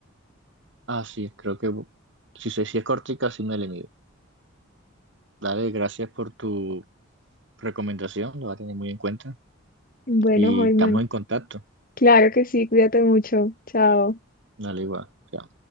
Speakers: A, on the right (about 60°); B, on the left (about 40°).
A: Ah, sí, creo que bu- si, sé, si es cortica, sí me le mido. Dale, gracias por tu recomendación, lo va a tener muy en cuenta.
B: Bueno,
A: Y
B: Holman,
A: estamos en contacto.
B: claro que sí, cuídate mucho. Chao.
A: Dale, igual. chao.